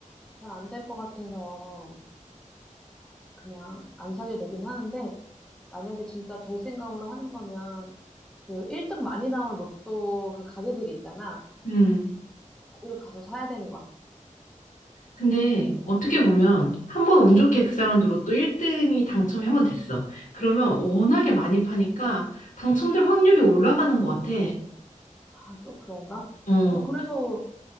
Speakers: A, in the centre; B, on the left (about 75°).
A: 잘 안 될 것 같아서 그냥 안 사게 되긴 하는데 만약에 진짜 될 생각으로 하는 거면 그 1등 많이 나온 로또 그 가게들이 있잖아.
B: 음.
A: 거기를 가서 사야 되는 거야.
B: 근데 어떻게 보면 한 번 운 좋게 그 사람도 로또 1등이 당첨이 한 번 됐어. 그러면 워낙에 많이 파니까 당첨될 확률이 올라가는 것 같아.
A: 아, 또 그런가?
B: 어,
A: 어, 그래서,